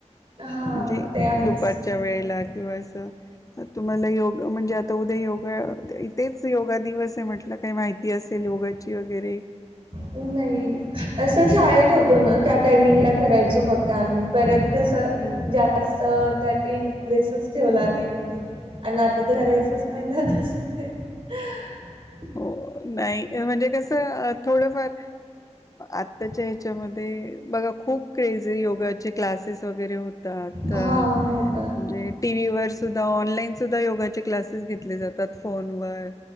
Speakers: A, on the right; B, on the left.
A: हा
B: म्हणजे
A: ते आहेच
B: दुपारच्या वेळेला किंवा अस तुम्हाला योग म्हणजे तर उद्या योगा इथेच योगा दिवस आहे म्हटलं काही माहिती असेल योगाची. घरे
A: नाही असं शाळेत होतं तो ना त्या टायमिंगला करायचो फक्त आम्ही परत कसं
B: हम्म
A: जास्त त्या इंटरेस्ट ठेवला नाही कधी. आणि आता तर करायचंच नाही ना आता असं काय हम
B: हो नाही म्हणजे कस थोडंफार आताच्या ह्याच्यामध्ये बघा खूप क्रेज योगाचे क्लासेस वगैरे हो म्हणजे
A: हां होतात.
B: टीव्ही वर सुद्धा ऑनलाईन सुद्धा योगाचे क्लास घेतले जातात, फोनवर